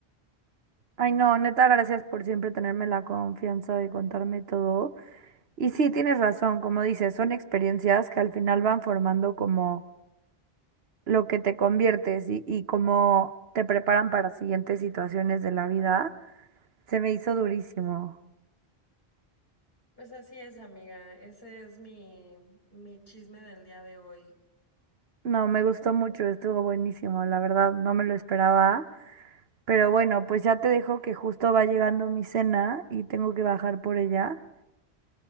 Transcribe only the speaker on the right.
Ay, no, neta, gracias por siempre tenerme la confianza de contarme todo. Y sí, tienes razón, como dices, son experiencias que al final van formando como lo que te conviertes y, y cómo te preparan para siguientes situaciones de la vida. Se me hizo durísimo.
No, me gustó mucho, estuvo buenísimo, la verdad, no me lo esperaba. Pero bueno, pues ya te dejo que justo va llegando mi cena y tengo que bajar por ella.